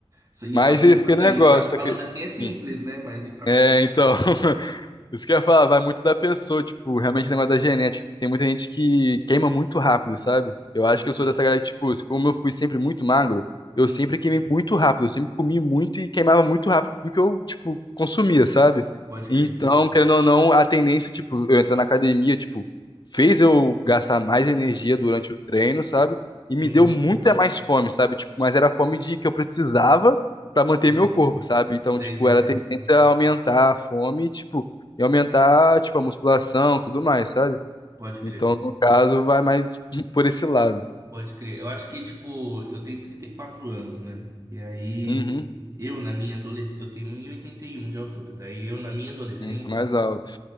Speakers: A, on the right (about 35°); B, on the left (about 45°).
A: Só- E
B: Mas
A: só que,
B: esse
A: tipo
B: que
A: assim,
B: negócio.
A: a- falando
B: Que...
A: assim é simples,
B: hum,
A: né? Mas e pra
B: É,
A: controlar
B: então. <laughs> Isso que eu ia falar, vai muito da pessoa, tipo, realmente o negócio da genética. Tem muita gente que queima muito rápido, sabe? Eu acho
A: Uhum,
B: que eu sou dessa galera que, tipo, se- como eu fui sempre muito magro, eu
A: uhum.
B: sempre queimei muito rápido, eu sempre comi muito e queimava muito rápido do que eu, tipo, consumia, sabe?
A: Pode
B: Então,
A: crer.
B: querendo ou não, a tendência, tipo, eu entrar na academia, tipo, fez eu gastar mais energia durante o treino, sabe? E me
A: Uhum,
B: deu muita mais fome, sabe? Tipo, mas era a fome de que eu precisava pra manter
A: uhum.
B: meu corpo, sabe? Então,
A: Sei,
B: tipo,
A: sei,
B: era
A: sei.
B: a tendência a aumentar a fome, tipo, e aumentar, tipo, a musculação, tudo mais, sabe?
A: Pode crer.
B: Então, no caso, vai mais <laughs> por esse lado.
A: Pode crer. Eu acho que, tipo, eu tenho 34 anos, né? E aí,
B: Uhum.
A: eu na minha adolescência, eu tenho um e oitenta e um de altura. Daí eu na minha adolescência.
B: Muito mais alto.